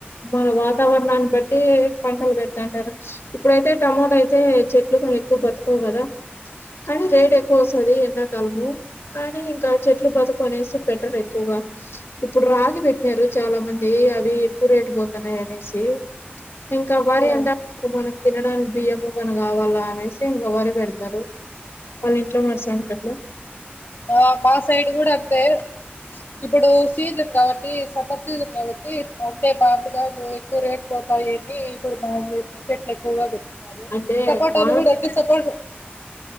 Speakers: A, on the left (about 85°); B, on the left (about 60°).
A: మన వాత వాతావరణాన్ని బట్టి పంటలు పెడతాంటారు. ఇప్పుడయితే టమోటా అయితే చెట్లు ఎక్కువ బతుకవు కదా, కానీ రేట్ ఎక్కువ వస్తది ఎండాకాలము. కానీ ఇంకా చెట్లు బతుకవు అనేసి పెట్టరు ఎక్కువగా. ఇప్పుడు రాగి పెట్టినారు చాలా మంది అవి ఎక్కువ రేటు పోతున్నాయి అనేసి. ది ఇంకా వరి
B: ఉమ్.
A: అంటే అప్పుడు మనకు తినడానికి బియ్యము గనీ కావల్ల అనేసి ఇంగ వరి పెడతారు వాళ్ళ ఇంట్లో మడసానికట్లా
B: ఆ మా సైడ్ కూడా అంతే ఇప్పుడు సీజన్ కాబట్టి సమ్మర్ సీజన్ కాబట్టి అంటే మామిడికాయలు ఎక్కువ రేటు పోతాయని ఇప్పుడు మామిడి చెట్లు ఎక్కువగా పెట్
A: అంటే
B: సపోటాలు
A: మామిడి
B: కూడా అద్ సపోట్